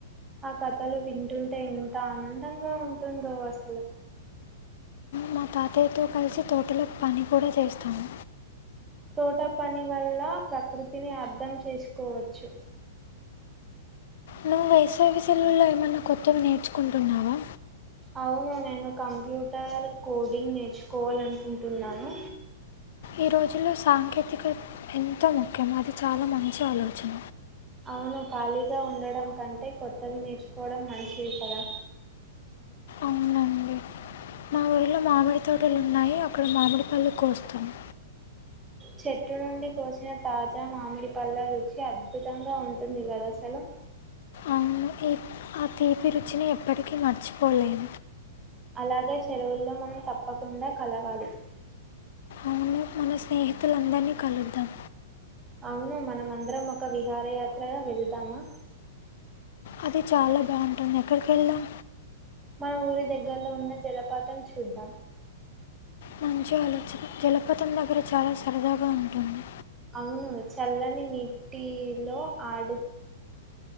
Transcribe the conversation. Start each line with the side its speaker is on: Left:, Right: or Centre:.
Right: ఆ కథలు వింటుంటే ఎంత ఆనందంగా ఉంటుందో అసలు
Left: మా తాతయ్యతో కలిసి తోటలో పని కూడా చేస్తాము
Right: తోట పని వల్ల ప్రకృతిని అర్థం చేసుకోవచ్చు
Left: నువ్వు వేసవి సెలవుల్లో ఏమన్నా కొత్తవి నేర్చుకుంటున్నావా
Right: అవును నేను కంప్యూటర్ కోడింగ్ నేర్చుకోవాలనుకుంటున్నాను
Left: ఈ రోజుల్లో సాంకేతికత ఎంతో ముఖ్యం అది చాలా మంచి ఆలోచన
Right: అవును ఖాళీగా ఉండడం కంటే కొత్తవి నేర్చుకోవడం మంచిది కదా
Left: అవునండి మా ఊరిలో మామిడి తోటలు ఉన్నాయి అక్కడ మామిడిపండ్లు కోస్తాను
Right: చెట్టు నుండి కోసిన తాజా మామిడి పళ్ళ రుచి అద్భుతంగా ఉంటుంది కదా అసలు
Left: అవును ఈ ఆ తీపి రుచిని ఎప్పటికీ మర్చిపోలేం
Right: అలాగే సెలవుల్లో మనం తప్పకుండా కలవాలి
Left: అవును మన స్నేహితులందరినీ కలుద్దాం
Right: అవును మనమ అందరం ఒక విహారయాత్రగా వెళ్దామా
Left: అది చాలా బాగుంటుంది ఎక్కడికి వెళ్దాం
Right: మన ఊరి దగ్గరలో ఉన్న జలపాతం చూద్దాం
Left: మంచి ఆలోచన జలపతం దగ్గర చాలా సరదాగా ఉంటుంది
Right: అవును చల్లని నీటిలో ఆడు